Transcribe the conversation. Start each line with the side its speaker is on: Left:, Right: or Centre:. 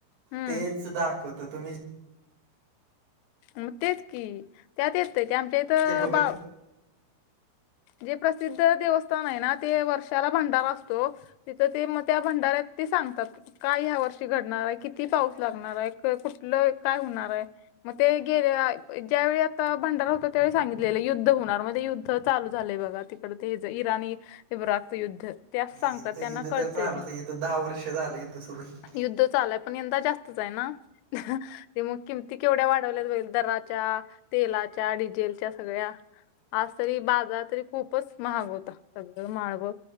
Left: हम्म
Right: तेच दाखवत तुम्ही जे
Left: म तेच कि त्यात येत ते आमच्या इथं
Right: जे बघत
Left: बा जे प्रसिद्ध देवस्थान आहे ना ते वर्षाला भंडार असतो. तिथं ते मग त्या भंडाऱ्यात ते सांगतात. काय ह्या वर्षी घडणार आहे किती पाऊस लागणार आहे कुठलं काय होणार आहे. मग ते गेले ज्यावेळी आता भंडारा होतो त्यावेळी सांगितलेलं युद्ध होणार म युद्ध चालू झालंय बघा तिकडडे ते इराणी इब्रक युद्ध. ते असं सांगतात
Right: युद्ध
Left: त्यांना
Right: युद्ध
Left: कळतंय
Right: तर चालूच
Left: ते
Right: आहे युद् दहा वर्ष झालं युद्ध सुरु हे
Left: युद्ध चालय पण यंदा जास्तच आहे ना ते मग किमती केवढ्या वाढवल्या जाईल दरात तेलाच्या डीझेलच्या सगळ्या आज तरी. बाजार तरी खूपच महाग होता सगळं माळव